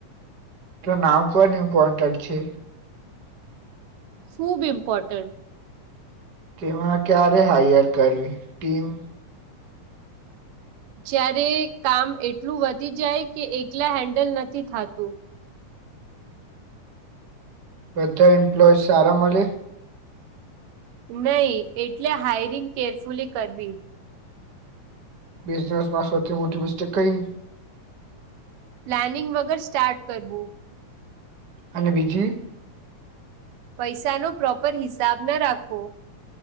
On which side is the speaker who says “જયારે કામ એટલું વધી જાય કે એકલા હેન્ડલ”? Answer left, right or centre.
Right